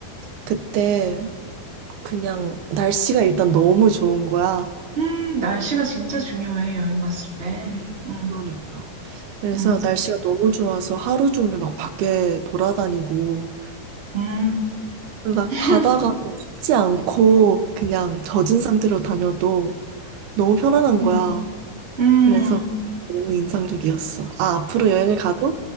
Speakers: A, on the right (about 85°); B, on the right (about 20°).
A: 그때 그냥 날씨가 일단 너무 좋은 거야.
B: 음, 날씨가 진짜 중요해, 여행 갔을 때.
A: 음,
B: 음,
A: 그러니까. 그래서
B: 음,
A: 날씨가 너무 좋아서 하루 종일 막 밖에 돌아다니고
B: 음,
A: 막
B: <laughs>
A: 바다가 춥지 않고 그냥 젖은 상태로 다녀도 너무 편안한
B: 음,
A: 거야.
B: 음.
A: 그래서 너무 인상적이었어. 아, 앞으로 여행을 가도